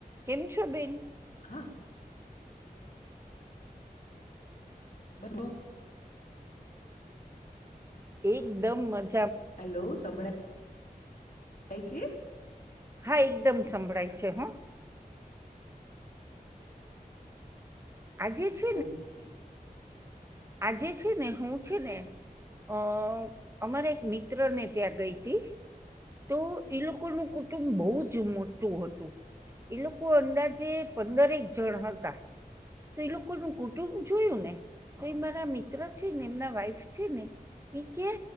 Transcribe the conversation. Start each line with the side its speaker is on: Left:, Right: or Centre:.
Right: કેમ છો બેન?
Left: હા. બબો.
Right: એકદમ મ
Left: હેલો સંભળાય છે
Right: હા એકદમ સંંભળાય છે હોં આજે જ
Left: ઓકે
Right: આજે છે ને હું છે ને અહઃ અમારે એક મિત્ર ને ત્યાં ગઈ તી તો ઈ લોકોનું કુટુંબ બહુ જ મોટું હતું. ઈ લોકો અંદાજે પંદરેક જણ હતા. તો ઈ લોકોનું કુટુંબ જોયું ને. તો એ મારા મિત્ર છે ને એમના વાઈફ છે ને ઈ કે